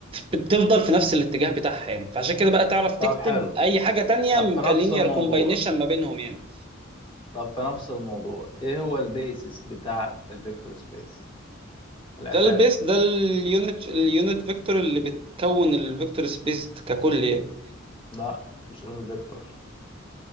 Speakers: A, on the right (about 25°); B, on the left (about 25°).
A: بتفضل في نفس الاتجاه بتاعها يعني فعشان كده بقى تعرف تكتب
B: طب حلو
A: اي حاجه تانية
B: طب في
A: كلينير
B: نفس الموضوع
A: كومباينيشن ما بينهم يعني
B: طب في نفس الموضوع ايه هو البيسس بتاع الفيكتور سبيس الاساس
A: ده البيس ده اليونت اليونت فيكتور اللي بتكون الفيكتور سبيس ككل يعني
B: لا مش لون الفيكتور